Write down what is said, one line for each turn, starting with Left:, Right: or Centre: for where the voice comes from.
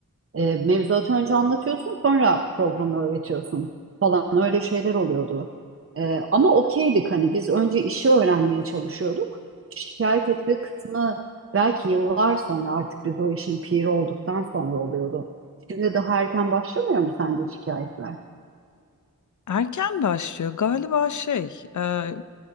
Right: E, mevzuatı önce anlatıyorsun, sonra programı öğretiyorsun falan öyle şeyler oluyordu. E, ama okeydik hani biz önce işi öğrenmeye çalışıyorduk. Şikayet etme kısmı belki yıllar sonra artık biz o işin piri olduktan sonra oluyordu. Şimdi daha erken başlamıyor mu sence şikayetler?
Left: Erken başlıyor galiba şey. e,